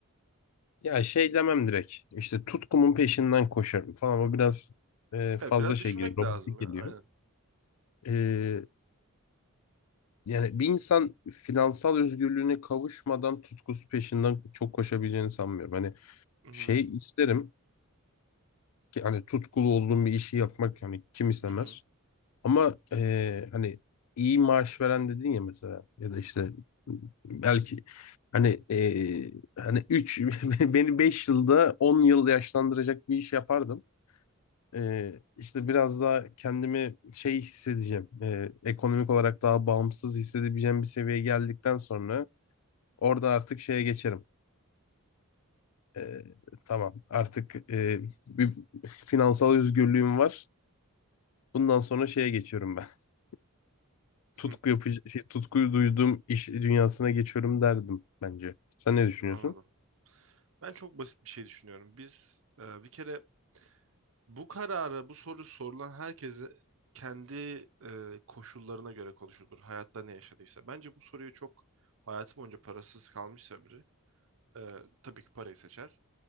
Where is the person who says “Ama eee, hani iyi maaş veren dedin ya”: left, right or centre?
Left